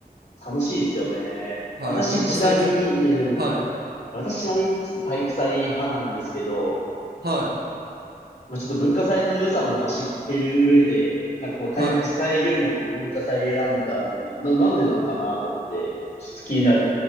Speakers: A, on the left (about 45°); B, on the right (about 75°).
A: 楽しいですよね。
B: はい。
A: 私ちなみに、
B: 文化祭結構。
A: うん
B: はい。
A: 私ちなみにちょっと体育祭派なんですけど、
B: は
A: まあちょっと文化祭の良さもまあ知ってる上で、なんかこう体育祭よりもこう文化祭選んだの、
B: い。はい。
A: な、なんでなのかなと思って、ちょっと気にな